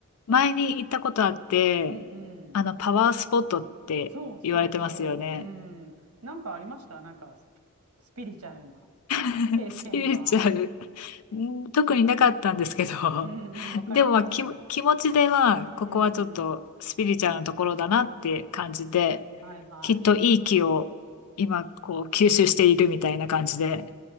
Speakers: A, on the left; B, on the right.
A: 前に行ったことあって、
B: うんうん。
A: あの、パワースポットって言われてますよね。
B: そうそうそう。うん。なんかありましたなんかス、スピリチュアルな
A: <laughs>
B: 経験は。
A: スピリチュアル、うん特になかったんですけど、
B: うんうん、わかります。
A: でも、まあ、気、
B: うん
A: 気持ちでは、ここはちょっとスピリチュアルなところだなって感じで、
B: うん。はいはい。
A: きっといい気を今、こう、吸収しているみたいな感じで。